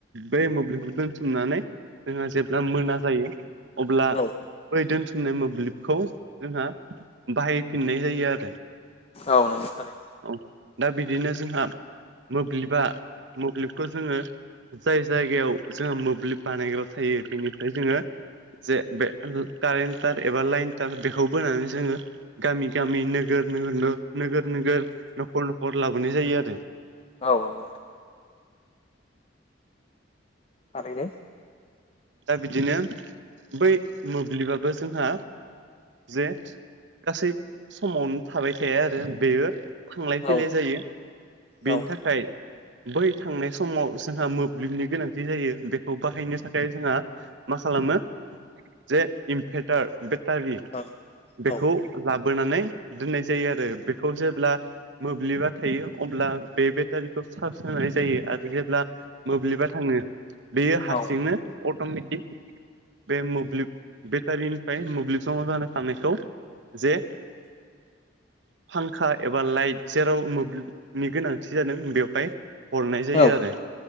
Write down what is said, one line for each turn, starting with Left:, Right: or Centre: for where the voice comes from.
Right: बै मोब्लिबखौ दोनथुमनानै जोंहा जेब्ला मोना जायो अब्ला
Left: औ
Right: बै दोन नाय मोब्लिबखौ जोंहा बाहायफिननाय जायो आरो
Left: औ नोंगो थारैनो
Right: औ दा बिदिनो जोंहा मोब्लिबा मोब्लिबखौ जोङो जाय जायगायाव जोंहा मोब्लिब बानायग्रा थायो बेनिफ्राय जोङो जे बे कारेन्ट टार एबा लाइन तटार बेखौ बोनानै जोङो गामि गामि नोगोर नोगोर नोगोर नोगोर न'खर न'खर लाबोनाय जायो आरो
Left: औ थारैनो
Right: दा बिदिनो बै मोब्लिबाबो जोंहा जे गासै समावनो थाबाय थाया आरो बेयो थांलाय फैलाय
Left: औ
Right: जायो बेनि
Left: औ
Right: थाखाय बै थांनाय समाव जोंहा मोब्लिबनि गोनांथि जायो बेखौ बाहायनो थाखाय जोंहा मा खालामो जे इनभारटार बेटारि
Left: औ
Right: बेखौ
Left: औ
Right: लाबोनानै दोननाय जायो आरो बेखौ जेब्ला मोब्लिबा थायो अब्ला बे बेटारिखौ चार्ज होनाय जायो आरो जेब्ला मोब्लिबा थाङो बेयो हारसिंनो
Left: औ
Right: अट'मेटिक बे मोब्लिब बेटारिनिफ्राय मोब्लिब जमा जानो साननायखौ जे फांखा एबा लाइट जेराव मोब्लिबनि गोनांथि जादों बेवहाय हरनाय जायो
Left: औ
Right: आरो